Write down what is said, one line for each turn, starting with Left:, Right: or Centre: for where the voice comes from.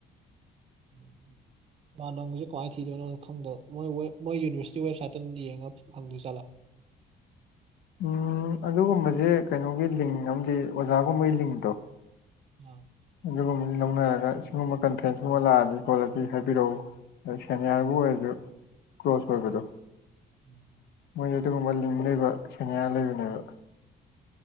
Right: ꯎꯝ ꯃꯥꯥꯟ ꯅꯪꯒꯤꯁ ꯀꯃꯥꯏꯅ ꯊꯗꯣꯏꯅꯣ ꯈꯪꯗꯣ ꯃꯣꯏ ꯃꯣꯏ ꯌꯨꯅꯤꯚꯔꯁꯤꯇꯤ ꯋꯦꯕꯁꯥꯏꯠꯇ ꯑꯗꯨꯝ ꯌꯦꯡꯒ ꯐꯪꯗꯣꯏ ꯆꯠꯂꯣ
Left: ꯎꯝ ꯑꯗꯨꯒꯨꯝꯕꯁꯦ ꯀꯩꯅꯣꯒꯤ ꯂꯤꯡ ꯑꯃꯗꯤ ꯑꯣꯖꯥꯒꯨꯝꯕꯒꯤ ꯂꯤꯡꯗꯣ
Right: ꯎꯝ
Left: ꯑꯗꯨꯒꯨꯝꯕꯅꯤ ꯂꯧꯅꯔꯒ ꯁꯤꯒꯨꯝꯕ ꯀꯟꯐ꯭ꯔꯦꯟꯁꯀꯨꯝꯕ ꯂꯥꯛꯑꯗꯤ ꯈꯣꯠꯂꯗꯤ ꯍꯥꯏꯕꯤꯔꯛꯎ ꯁꯦꯅꯤꯌꯥꯔꯕꯨ ꯑꯣꯏꯔꯁꯨ ꯀ꯭ꯂꯣꯁ ꯑꯣꯏꯕꯗꯣ
Right: ꯎꯝ
Left: ꯃꯣꯏꯗꯤ ꯑꯗꯨꯒꯨꯝꯕ ꯂꯤꯡꯕ ꯂꯩꯕ ꯁꯦꯅꯤꯌꯥ ꯂꯩꯕꯅꯦꯕ